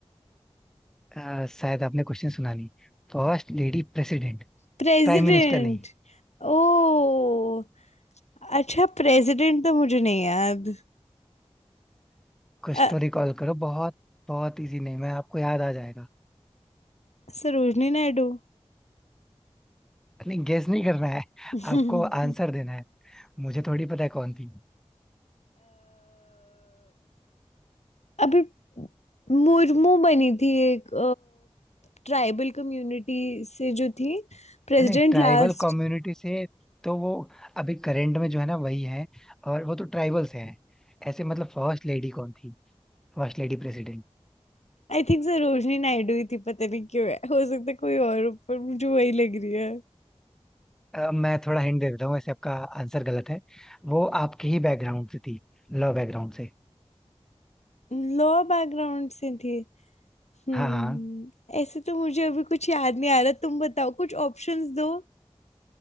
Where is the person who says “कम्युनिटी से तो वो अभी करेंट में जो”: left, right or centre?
Centre